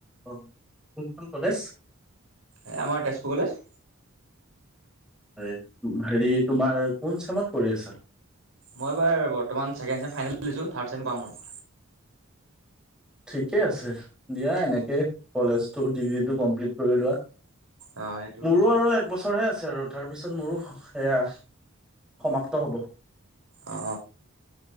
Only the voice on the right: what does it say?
এই আমাৰ তেজপুৰ কলেজ।
মই এইবাৰ বৰ্তমান ছেকেণ্ড চেম ফাইনেল দিছো থাৰ্ড চেম পাম অঁ
অ' সেইটো
হয় বাৰু।
অ